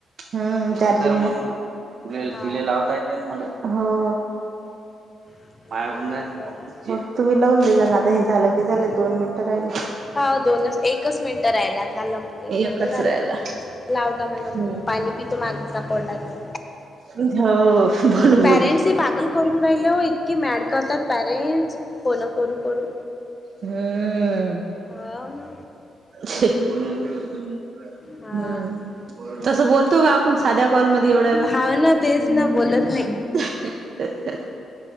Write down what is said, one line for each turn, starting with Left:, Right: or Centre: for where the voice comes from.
Right: हम्म चार्जिंग, तर मग वेल
Left: हाव
Right: तिला लावता येतें ना मले. हो.
Left: हम्म,
Right: माझे हुन जातील
Left: बरं
Right: मग. तुम्ही लावून दे जा ना आता हे झालं की झालं, दोन मिनिटं राहिल.
Left: होउ, दोनच-एकच मिनिटं राहिलात. झालं मग, एक
Right: एकच
Left: मिनिटं झालं
Right: राहिला
Left: की लावजा मला मग
Right: हम्म
Left: पाणी पितो माझा घसा कोरडा झालं.
Right: हो बोलू
Left: पॅरेंट्सही
Right: बोलू.
Left: पागल करून राहिलं, इतकी मॅड करतात पॅरेंट्स. कॉला करू-करू
Right: हम्म.
Left: हा ना.
Right: असं बोलणं थोडी होतं मग.
Left: हा
Right: हम्म, तस बोलतो का आपण साध्या कॉलमध्ये एवढ्या वेळ.
Left: हाव ना तेच ना बोलत नाही
Right: <inaudible>